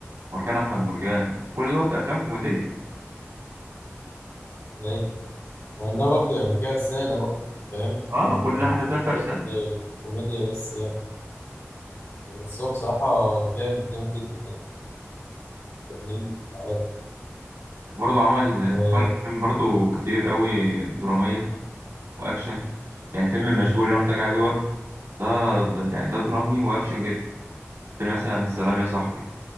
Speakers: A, on the right (about 75°); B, on the left (about 65°).
A: مرجان احمد مرجان كل دوت افلام كوميدية
B: العيد مع إنها برضه يعني فيها رسالة برضه فاهم
A: اه
B: يعني
A: كل
B: هي
A: واحدة
B: مش
A: فيها
B: مجرد
A: فرسة
B: الكوميديا بس يعني بس هو بصراحة جامد جامد جدا فنان عالمي
A: وبرضه عمل
B: آه،
A: عمل افلام برضه كتير قوي درامية واكشن يعني فيلم مشبوه اللي انا قلت لك عليه دوت ده ده- يعني ده درامي واكشن جدا فيلم مثلا سلام يا صاحبي